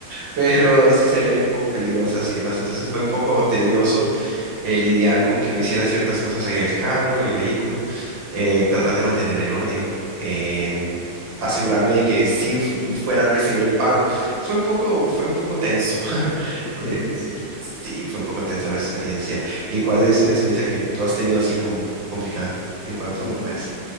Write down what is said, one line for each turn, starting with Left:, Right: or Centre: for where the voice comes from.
Right: pero sí se veían un poco peligrosas y demás. Entonces fue un poco tedioso eh, lidiar con que no hicieran ciertas cosas en el carro, en el vehículo, eh, tratar de mantener el orden, em, asegurarme de que sí fu- yo fuera a recibir el pago. Fue un poco, fue un poco tenso. <laughs>
Left: poco
Right: Eh,
Left: <laughs> difícil.
Right: sí, fue un poco tensa la experiencia. ¿Y cuál es una experiencia que tú has tenido así como complicada en cuanto
Left: Uf, a
Right: a
Left: mí,
Right: eso?